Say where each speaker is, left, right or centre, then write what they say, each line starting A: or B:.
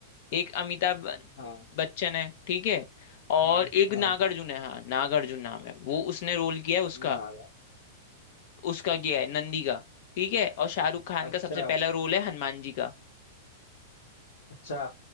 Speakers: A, on the left; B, on the left.
A: एक अमिताभ बन-
B: हाँ
A: बच्चन है ठीक है और
B: हाँ
A: एक
B: हाँ
A: नागार्जुन है हाँ नागार्जुन नाम है वो उसने रोल किया है उसका
B: नागा
A: उसका किया है नंदी का ठीक है और शाहरुख खान
B: अच्छा
A: का सबसे पहला रोल है हनुमान जी का
B: अच्छा